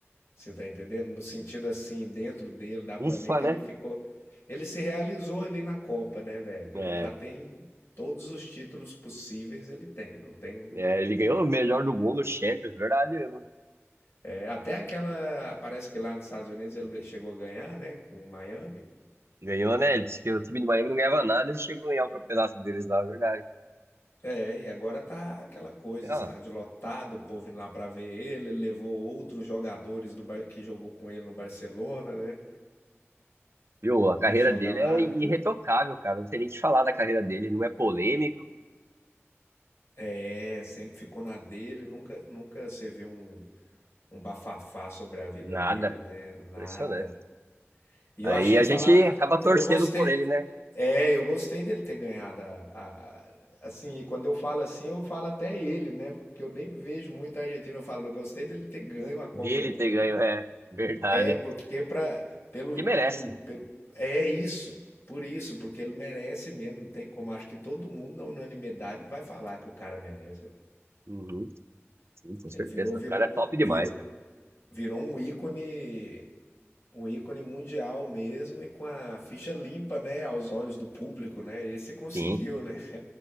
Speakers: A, on the left; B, on the right.
A: Você tá entendendo? No sentido assim, dentro dele, dá pra
B: Ufa,
A: ver que
B: né?
A: ele ficou. Ele se realizou ali na Copa, né, velho?
B: É,
A: Ele já tem todos os títulos possíveis, ele tem. Não tem.
B: é, ele ganhou o melhor do mundo, o Champions, verdade mesmo.
A: é, até aquela. Parece que lá nos Estados Unidos ele ga- chegou a ganhar, né? Com o Miami.
B: Ganhou, né? Ele disse que o time de Miami não ganhava nada, ele chegou a ganhar o campeonato deles lá, verdade.
A: É, e agora tá aquela coisa,
B: Ah,
A: estádio lotado, o povo indo lá pra ver ele, ele levou outros jogadores do Bar- que jogou com ele no Barcelona, né?
B: Viu? A carreira
A: Que joga
B: dele
A: lá.
B: é irretocável,
A: né?
B: cara. Não tem nem o que falar da carreira dele. Não é polêmico,
A: É, sempre ficou na dele, nunca, nunca você viu um, um bafafá sobre a vida
B: nada.
A: dele, né? Nada.
B: Impressionante.
A: E
B: Aí
A: eu achei
B: a
A: falar,
B: gente acaba
A: eu
B: torcendo
A: gostei.
B: por ele, né?
A: É, eu gostei dele ter ganhado a, a- assim, quando eu falo assim, eu falo até ele, né? Porque eu nem vejo muito a Argentina, eu falo, eu gostei dele ter ganho a Copa
B: Dele
A: do Mundo.
B: ter ganho, é verdade.
A: É, porque para pelo
B: Que merece.
A: por pelo é isso. Por isso, porque ele merece mesmo, não tem como. Acho que todo mundo na unanimidade vai falar que o cara merece, velho.
B: Uhum, sim, com certeza.
A: Ele virou, virou,
B: O cara é top demais,
A: virou,
B: cara.
A: virou um ícone Um ícone mundial mesmo e com a ficha limpa, né, aos olhos do público, né? Esse conseguiu,
B: Sim.
A: né?